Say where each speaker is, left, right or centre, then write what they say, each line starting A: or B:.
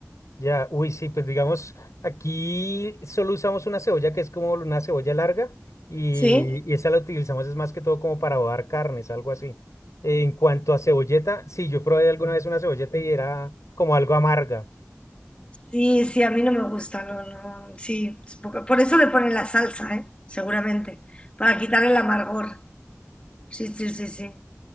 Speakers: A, on the left; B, on the left.
A: Ya, uy, sí, pues digamos, aquí solo usamos una cebolla que es como una cebolla larga y,
B: ¿Sí?
A: y esa la utilizamos es más que todo como para adobar carnes, algo así. En cuanto a cebolleta, sí, yo probé alguna vez una cebolleta y era como algo amarga.
B: Sí, sí, a mí no me gusta, no, no, sí. es poco- Por eso le ponen la salsa, ¿eh? Seguramente, para quitar el amargor. Sí, sí, sí, sí.